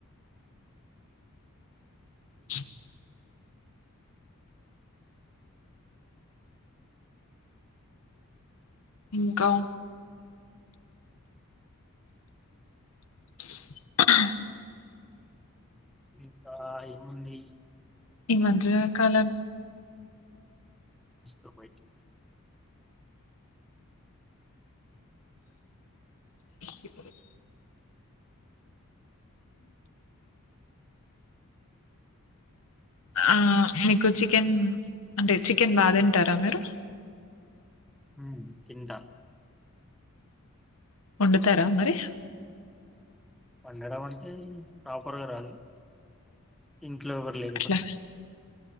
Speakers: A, on the left (about 70°); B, in the centre.
A: <unintelligible> ఇంకా <unintelligible>
B: ఇంకా ఏముంది
A: ఇ మధ్య కాలం
B: ఎస్త బయిట్
A: ప్పు ఆ మీకు చికెన్ అంటే చికెన్ బాగా తింటారా మీరు
B: హ తింట
A: వండుతరా మరి
B: వండడం అంటే ప్రాపర్గా రాదు ఇం ఇట్లో ఎవ్వర్లేకపోతే
A: అట్లా